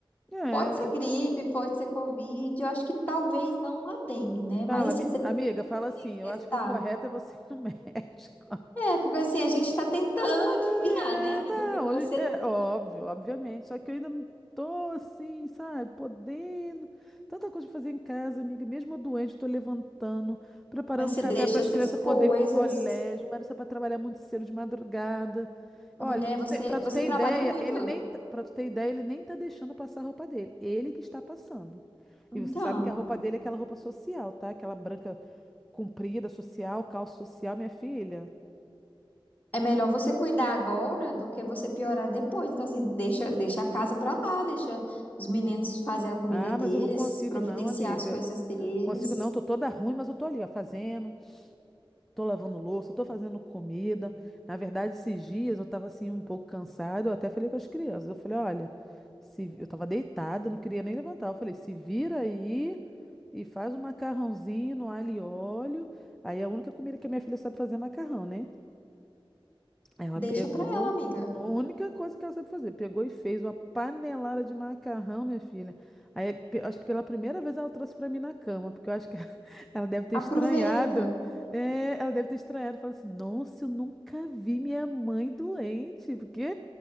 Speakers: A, in the centre; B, on the left (about 15°).
A: É,
B: Pode ser gripe, pode ser Covid, eu acho que talvez não a dengue, né? Mas
A: Fala,
B: assim,
A: ami-
B: você
A: amiga, fala assim.
B: tem que
A: Eu
B: testar.
A: acho que o correto é você ir no <laughs> médico.
B: É, porque assim, a gente tá tentando
A: Ai,
B: adivinhar,
A: é,
B: né, amiga,
A: não,
B: o que que você.
A: é óbvio, obviamente. Só que eu ainda não tô assim, sabe, podendo. Tanta coisa pra fazer em casa, amiga. Mesmo eu doente, eu tô levantando, preparando
B: Mas
A: um
B: você
A: café
B: deixa
A: para as
B: essas
A: crianças
B: coisas.
A: poderem ir pro colégio. Mas isso é para trabalhar muito cedo de madrugada. Olha,
B: Mulher,
A: pra tu
B: você,
A: ter, pra tu
B: você
A: ter
B: trabalha
A: ideia,
B: muito.
A: ele nem, para tu ter ideia, ele nem tá deixando passar a roupa dele. Ele que está passando.
B: Então,
A: E você sabe que a roupa dele é aquela roupa social, tá? Aquela branca Comprida, social, calça social, minha filha.
B: é melhor você cuidar agora do que você piorar depois. Então, assim, deixa, deixa a casa pra lá, deixa os meninos fazer a comida
A: Ah,
B: deles,
A: mas eu não consigo
B: providenciar
A: não, amiga.
B: as coisas deles.
A: Consigo não, tô toda ruim, mas eu tô ali, ó, fazendo, tô lavando louça, tô fazendo comida. Na verdade, esses dias eu tava assim um pouco cansada, eu até falei com as crianças. Eu falei, olha, se... eu tava deitada, não queria nem levantar. Eu falei, se vira aí e faz um macarrãozinho no alho e óleo. Aí a única comida que a minha filha sabe fazer é macarrão, né? Ela
B: Deixa
A: pegou.
B: pra ela, amiga.
A: A única coisa que ela sabe fazer, pegou e fez uma panelada de macarrão, minha filha. Aí, pe- acho que pela primeira vez ela trouxe pra mim na cama, porque eu acho que <laughs> ela deve ter
B: Aproveita.
A: estranhado. É, ela deve ter estranhado. Falou assim: Nossa, eu nunca vi minha mãe doente. Porque,